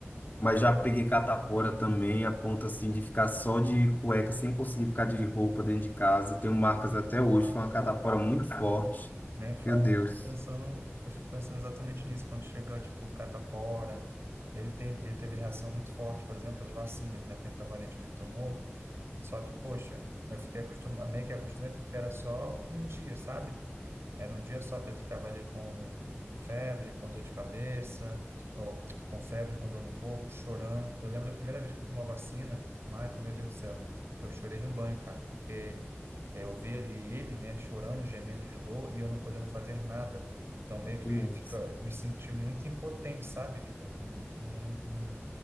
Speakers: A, on the left; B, on the right.
A: Mas já peguei catapora também, a ponto assim de ficar só de cueca, sem conseguir ficar de roupa dentro de casa. Tenho marcas até
B: Não,
A: hoje, foi uma catapora muito forte.
B: Nem fala,
A: Meu Deus.
B: eu fico pensando, eu fico pensando exatamente nisso. Quando chega, tipo, o catapora, ele tem, ele teve reação muito forte, por exemplo, às vacinas, né, pentavalente que ele tomou. Só que, poxa, eu fiquei acostumado, meio que acostumei porque era só um dia, sabe? Era um dia só que ele ficava ali com febre, com dor de cabeça, ou com febre, com dor no corpo, chorando. Eu lembro da primeira vez que eu tomou a vacina, Michael, meu Deus do céu, eu chorei no banho, cara, porque eu vi ali ele, né, chorando, gemendo de dor e eu não podendo fazer nada. Então, meio que
A: Nossa.
B: fica, eu me senti muito impotente, sabe? Tipo, não, não, não, não,